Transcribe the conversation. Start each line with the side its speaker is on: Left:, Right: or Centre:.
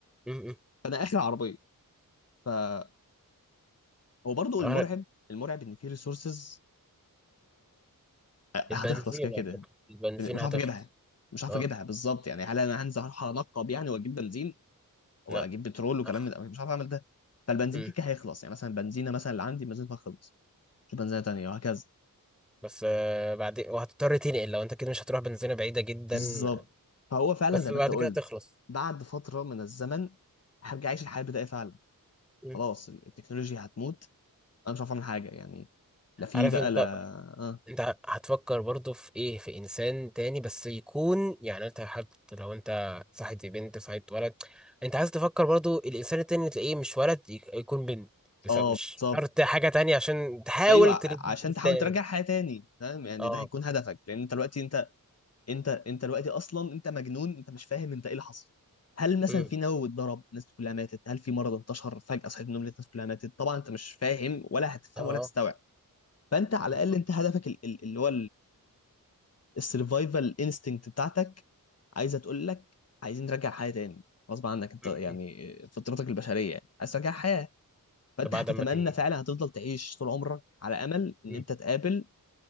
Centre: مم. مم.
Left: فانا اخر عربيه فهو برضه
Centre: آخرك
Left: المرعب المرعب ان في ريسورسز هتخلص
Centre: البنزين
Left: كده كده
Centre: على فكرة البنزين
Left: مش
Centre: هتخلص
Left: عارف اجيبها مش عارف
Centre: اه
Left: اجيبها بالظبط يعني هل انا هنزل اروح انقب يعني واجيب بنزين واجيب
Centre: لا
Left: بترول وكلام
Centre: اخ
Left: من ده مش عارف اعمل ده فالبنزين
Centre: مم.
Left: كده كده هيخلص يعني مثلا البنزينه مثلا اللي عندي بنزينها خلص شوف بنزينه تانيه وهكذا
Centre: بس آه، بعدين وهتضطر تنقل لو انت كده مش هتروح بنزينة بعيدة جدا
Left: بالظبط فهو فعلا
Centre: بس
Left: زي
Centre: بعد
Left: ما انت قلت
Centre: كده تخلص
Left: بعد فتره من الزمن هرجع اعيش الحياه البدائيه فعلا
Centre: مم.
Left: خلاص التكنولوجيا هتموت انا مش عارف اعمل حاجه يعني لا في
Centre: عارف
Left: بقى
Centre: انت
Left: لا اه
Centre: انت هتفكر برضو في ايه في انسان تاني بس يكون يعني انت حتى لو انت صاحبت بنت صاحبت ولد انت عايز تفكر برضو الانسان التاني اللي تلاقيه مش ولد يك- يكون بنت بس
Left: اه
Centre: مش
Left: بالظبط
Centre: شرط حاجة تانية عشان تحاول
Left: ايوه
Centre: تربي
Left: عشان
Centre: جنس
Left: تحاول
Centre: تاني
Left: ترجع حياه تاني فاهم يعني
Centre: اه
Left: ده هيكون هدفك لان انت دلوقتي انت انت انت دلوقتي اصلا انت مجنون انت مش فاهم انت ايه اللي حصل هل مثلا
Centre: مم.
Left: في نووي اتضرب الناس كلها ماتت هل في مرض انتشر فجأة صحيت من النوم لقيت الناس كلها ماتت طبعا انت مش فاهم ولا هتفهم
Centre: اه
Left: ولا هتستوعب فانت على
Centre: بالظبط.
Left: الاقل انت هدفك ال- ال- اللي هو السرفايفل انستنكت بتاعتك عايزه تقول لك عايزين نرجع حياه تاني غصب عنك انت
Centre: مم.
Left: يعني
Centre: مم.
Left: فطرتك البشريه يعني عايز ترجع حياه فانت
Centre: ده بعد
Left: هتتمنى
Centre: ما تيجي
Left: فعلا هتفضل تعيش طول عمرك على امل ان
Centre: مم.
Left: انت تقابل